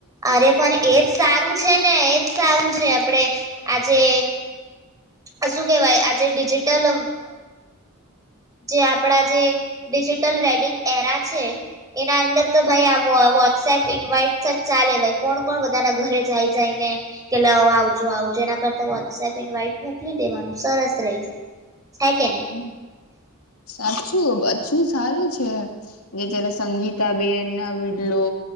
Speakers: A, on the right; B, on the left.
A: અરે પણ એજ સારું છે ને એ સ આવું છે આપડે, આજે આ શું કેહેવાય આજે ડિજિટલ જે આપડા જે, ડિજિટલ વેડિંગ એરા છે, એના અંદર તો ભાઈ વોટ્સએપ ઇન્વાઈટ જ ચાલે ભાઈ કોણ કોણ બધાના ઘરે જઈ જાય ને કે લ આવજો આવજ એના કરતા વોટ્સએપ ઇન્વાઈટ મોકલી દેવાનું સરસ રહી જાય. છે કે નહી?
B: હમ સાચું અછું સારું છે, જે ચલા સંગીતાબેન ના વિડલો,